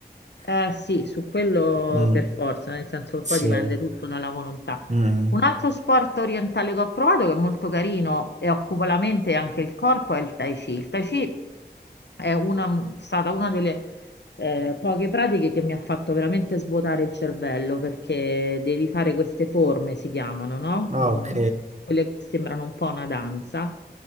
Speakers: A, on the left; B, on the right.
A: Eh
B: <laughs>
A: sì, su quello
B: Mm,
A: per forza, nel senso che
B: sì.
A: poi dipende tutto dalla volontà.
B: Mm.
A: Un altro sport orientale che ho provato, che è molto carino e occupa la mente e anche il corpo, è il Tai Chi. Il Tai Chi è una- stata una delle eh, poche pratiche che mi ha fatto veramente svuotare il cervello perché devi fare queste forme, si chiamano, no?
B: Ah,
A: Mm,
B: Ok,
A: quelle che sembrano un po' una danza.